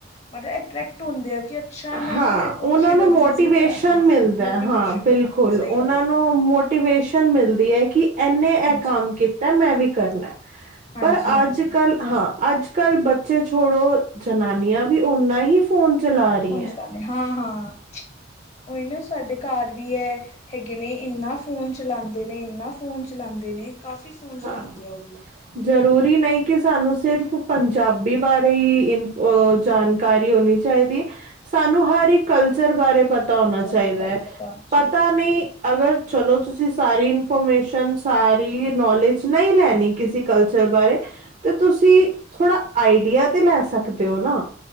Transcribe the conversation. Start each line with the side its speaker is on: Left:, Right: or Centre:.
Left: ਮਤਲਬ ਅਟਰ੍ਰੈਕਟ ਹੁੰਦੇ ਆ ਕਿ ਅੱਛਾ ਇਹਨਾਂ
Right: ਹਾਂ
Left: ਨੇ
Right: ਉਹਨਾਂ
Left: ਕਰੋਸ਼ੀਏ
Right: ਨੂੰ
Left: ਦਾ
Right: ਮੋਟੀਵੇਸ਼ਨ
Left: ਬਿਜਨਸ ਕੀਤਾ ਹਾਂ
Right: ਮਿਲਦਾ
Left: ਮੋਟੀਵੇਸ਼ਨ
Right: ਹਾਂ ਬਿਲਕੁਲ
Left: ਮਿਲਦੀ ਹੈ ਸਹੀ
Right: ਉਹਨਾਂ
Left: ਗੱਲ ਹੈ
Right: ਨੂੰ ਮੋਟੀਵੇਸ਼ਨ ਮਿਲਦੀ ਹੈ ਕਿ ਇਨੇ ਇਹ
Left: ਹਾਂਜੀ
Right: ਕੰਮ ਕੀਤਾ ਮੈਂ ਵੀ
Left: ਕੀਤਾ
Right: ਕਰਨਾ
Left: ਹਾਂਜੀ-ਹਾਂਜੀ
Right: ਪਰ ਅੱਜ ਕੱਲ ਹਾਂ ਅੱਜ ਕੱਲ ਬੱਚੇ ਛੋੜੋ ਜਨਾਨੀਆਂ ਵੀ ਓਨਾ ਹੀ ਫੋਨ ਚਲਾ ਰਹੀਆਂ
Left: ਫੋਨ ਚਲਾਦੇ ਹਾਂ ਹਾਂ ਉਹੀ ਨਾ ਸਾਡੇ ਘਰ ਵੀ ਹੈ। ਹੈਗੇ ਨੇ ਇਨਾ ਫੋਨ ਚਲਾਉਂਦੇ ਨੇ ਇਨਾ ਫੋਨ ਚਲਾਉਂਦੇ ਨੇ ਕਾਫੀ ਫੋਨ ਚਲਾਉਂਦੇ
Right: ਹਾਂ
Left: ਆ ਉਹ ਵੀ
Right: ਜ਼ਰੂਰੀ ਨਹੀਂ ਕਿ ਸਾਨੂੰ ਸਿਰਫ਼ ਪੰਜਾਬੀ ਬਾਰੇ ਹੀ ਇਨ ਜਾਣਕਾਰੀ ਹੋਣੀ ਚਾਹੀਦੀ ਹੈ ਸਾਨੂੰ ਹਰ ਇੱਕ ਕਲਚਰ ਬਾਰੇ ਪਤਾ
Left: ਕਲਚਰ
Right: ਹੋਣਾ ਚਾਹੀਦਾ
Left: ਦੇ ਬਾਰੇ
Right: ਹੈ
Left: ਪਤਾ ਹੋਣਾ ਚਾਹੀਦਾ
Right: ਪਤਾ
Left: ਹੈ
Right: ਨਹੀਂ ਅਗਰ ਚਲੋ ਤੁਸੀਂ ਸਾਰੀ ਇਨਫੋਰਮੇਸ਼ਨ ਸਾਰੀ ਨੌਲੇਜ ਨਹੀਂ ਲੈਣੀ ਕਿਸੇ ਕਲਚਰ ਬਾਰੇ ਤੇ ਤੁਸੀਂ ਥੋੜ੍ਹਾ ਆਈਡੀਆ ਤੇ ਲੈ ਸਕਦੇ ਹੋ ਨਾ